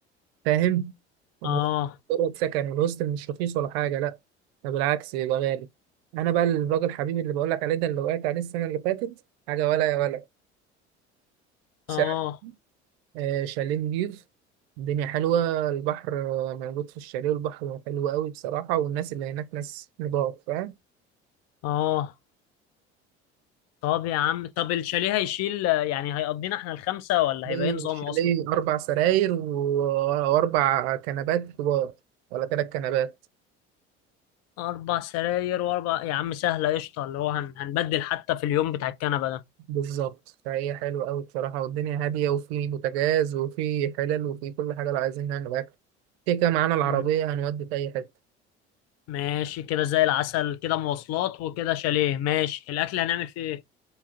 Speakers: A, on the right; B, on the left.
A: فاهم مجرد
B: اه
A: سكن والهوستل مش رخيص ولا حاجه لا ده بالعكس يبقى غالي انا بقى الراجل حبيبي اللي بقول لك عليه ده اللي وقعت عليه السنه اللي فاتت حاجه ولا يا ولا سعر
B: اه
A: آه شاليه نضيف الدنيا حلوه البحر آه، موجود في الشاليه والبحر حلو قوي بصراحه والناس اللي هناك ناس نضاف فاهم
B: اه طب يا عم طب الشاليه هيشيل آه، يعني هيقضينا احنا الخمسة ولا
A: ليه
B: هيبقى ايه نظامه
A: الشاليه
B: اصلا
A: اربع سراير و- واربع كنبات كبار ولا ثلاث كنبات
B: اربع سراير واربع يا عم سهلة قشطة اللي هو هن... هنبدل حتى في اليوم بتاع الكنبة
A: بالظبط فهي حلوة أوي بصراحة والدنيا هادية وفي بوتاجاز وفي حلل وفي كل حاجة لو عايزين نعمل أكل كده كده معانا العربية
B: ده
A: هنودي في أي حتة
B: ماشي كده زي العسل كده مواصلات وكده شاليه ماشي الاكل هنعمل فيه ايه